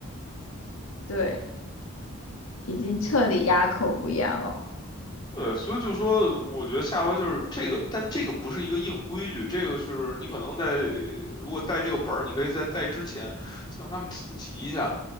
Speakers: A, on the left; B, on the left.
A: 对，已经彻底哑口无言了。
B: 对，所以就说，我觉得下回就是这个，但这个不是一个硬规矩，这个是你可能在如果带这个本儿，你可以在带之前向他们普及一下，